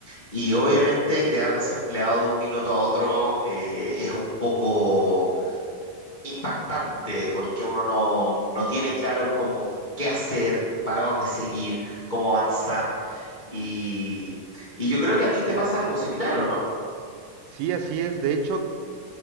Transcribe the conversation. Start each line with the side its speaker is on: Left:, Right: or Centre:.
Left: y obviamente quedar desempleado de un minuto a otro eh, es un poco impactante porque uno no, no tiene claro cómo qué hacer, para dónde seguir, cómo avanzar. Y, y yo creo que a ti te pasa algo similar, ¿o no?
Right: Sí, así es. De hecho,